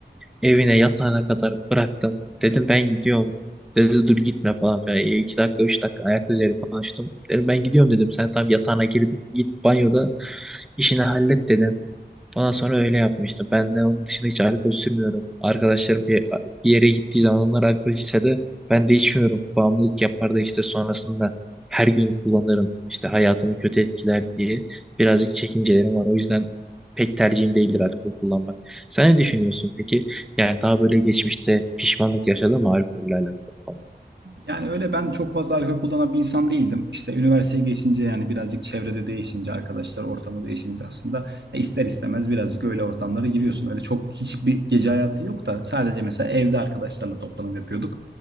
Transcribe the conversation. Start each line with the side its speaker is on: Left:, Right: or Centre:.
Centre: Evine yatağına kadar bıraktım. Dedim ben gidiyorum. Dedi dur gitme falan filan. E, iki dakika üç dakika ayak üzeri konuştum. Dedim ben gidiyorum dedim. Sen tam yatağına girdin. Git banyoda işini hallet dedim. Ondan sonra öyle yapmıştım. Ben de onun dışında hiç alkol sürmüyorum. Arkadaşlarım bir, bir yere gittiği zaman onlar alkol içse de ben de içmiyorum. Bağımlılık yapar da işte sonrasında her gün kullanırım. İşte hayatımı kötü etkiler diye birazcık çekincelerim var. O yüzden pek tercihim değildir alkol kullanmak. Sen ne düşünüyorsun peki? Yani daha böyle geçmişte pişmanlık yaşadın mı alkolle alakalı
Right: Yani öyle ben çok fazla alkol kullanan bir insan değildim. İşte üniversiteye geçince yani birazcık çevrede değişince, arkadaşlar ortamı değişince aslında ya ister istemez birazcık öyle ortamlara giriyorsun. Öyle çok hiçbir gece hayatı yok da sadece mesela evde arkadaşlarla toplanıp yapıyorduk.